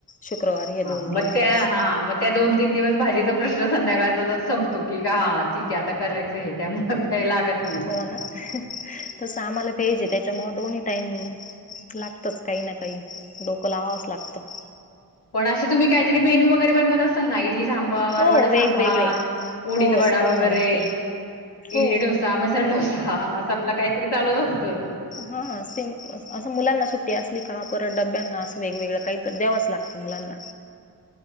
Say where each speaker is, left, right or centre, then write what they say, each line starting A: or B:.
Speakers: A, on the left (about 20°); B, on the left (about 90°).
A: शुक्रवार हे
B: हा
A: दोन तीन
B: मग
A: दिवस
B: त्या हा मग त्या दोन तीन दिवस भाजीचा प्रश्न संध्याकाळचा संपतो की. हा ठीक आहे आता करायचं हे त्यामुळ काय लागत नाही.
A: हो ना तस आम्हाला ते जे त्याच्यामूळ दोन्ही टाईम लागत. तरच काही ना काही डोकं लावांवच लागतं.
B: पण अशी तुम्ही काहीतरी मेनू वगैरे बनवत असाल ना इडली सांबार,
A: हो
B: वडा
A: वेगवेगळे
B: सांबार, उडीद
A: हो
B: वडा
A: सर्व
B: वगैरे.
A: बनवते हो
B: इडली डोसा, मसाला डोसा असं आपला काहीतरी चालूच असतं.
A: हा सेम असं मुलांना सुट्टी असली का परत डब्यांना असं वेगवेगळं काही तर द्यावच लागतं मुलांना.